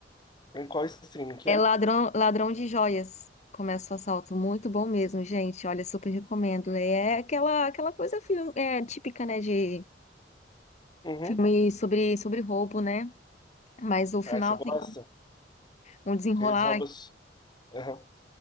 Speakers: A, on the left; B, on the left.
A: Em qual streaming que
B: É
A: é?
B: ladrão, ladrão de joias. Começa o assalto, muito bom mesmo, gente. Olha, super recomendo. É aquela, aquela coisa filme, é, típica, né, de
A: Uhum.
B: filme sobre, sobre roubo, né? Mas o final
A: Ah, você gosta?
B: tem um desenrolar
A: Que Eles roubam. os- Aham.